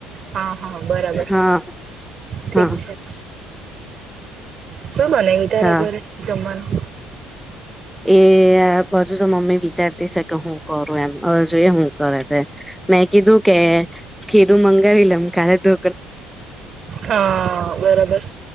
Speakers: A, on the right; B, in the centre.
A: હા હા બરાબર
B: હા
A: ઠીક
B: હા
A: છે. શું બનાવુ‌ તારે
B: હા
A: ઘરે જમવાનું
B: એ હજુ તો મમ્મી વિચારતી છે કે હું કરું એમ હવે જોઈએ હું કરે તે. મેં કીધું કે ખીરું મંગાવી લેમ કાલે તો
A: હા બરોબર